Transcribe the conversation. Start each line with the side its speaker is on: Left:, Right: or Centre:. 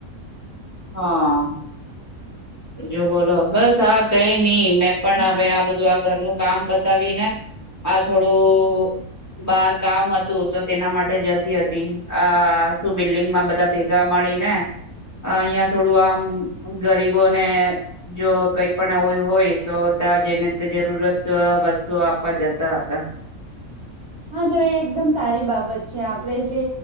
Left: હા જો બોલો બસ આા કઈ ની મેં પણ હવે આ બધું આ ઘરનું કામ પતાવી ને આ થોડું બાર કામ હતું તો તેના માટે જતી હતી આ બિલ્ડિંગમાં બધા ભેગા મળી ને ને, અહિયાં થોડું આમ ગરીબ બોને જો કઈ પણ આવું હોય તો ત્યાં જઈને જરૂરત વસ્તુઓ આપવા જતા હતા
Right: હા, તો એ એકદમ સારી બાબત છે આપણે જે